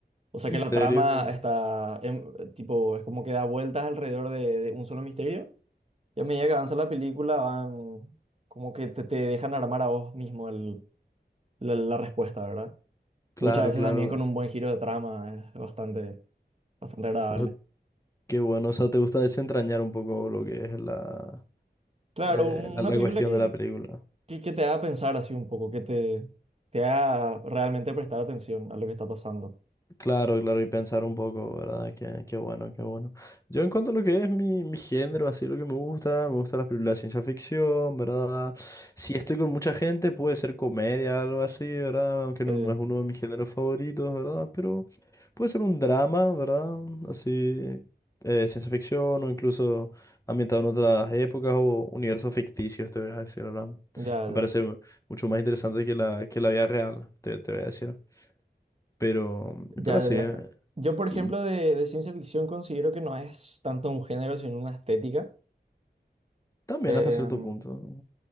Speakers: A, on the right; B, on the left.
A: O sea
B: Misterio,
A: que la trama está, em, tipo, es como que da vueltas alrededor de, de un solo misterio. Y a medida que avanza la película van, como que te, te dejan armar a vos mismo el- la la respuesta, ¿verdad?
B: claro,
A: Muchas veces
B: claro.
A: también con un buen giro de trama, es bastante, bastante agradable.
B: O sea, qué bueno. O sea, te gusta desentrañar un poco lo que es la,
A: Claro,
B: eh,
A: un-
B: la,
A: una
B: la
A: película
B: cuestión
A: que,
B: de la película.
A: que, que te haga pensar así un poco, que te, te haga realmente prestar atención a lo que está pasando.
B: Claro, claro, y pensar un poco, ¿verdad? Qué, qué bueno, qué bueno. Yo en cuanto a lo que es mi, mi género, así lo que me gusta, me gusta las películas de ciencia ficción, ¿verdad? Si estoy con mucha gente, puede ser comedia, algo así, ¿verdad? Aunque
A: Eh,
B: no, no es uno de mis géneros favoritos, ¿verdad? Pero puede ser un drama, ¿verdad? Así, eh, ciencia ficción o incluso ambientado en otras épocas o universos ficticios, te voy a decir, ¿verdad?
A: ya,
B: Me
A: ya,
B: parece mucho más interesante que la, que la vida real, te, te voy a decir. Pero,
A: ya,
B: pero así,
A: ya,
B: ¿eh?
A: ya. Yo, por ejemplo,
B: Y
A: de, de ciencia ficción considero que no es tanto un género, sino una estética.
B: también
A: Eh,
B: hasta cierto punto.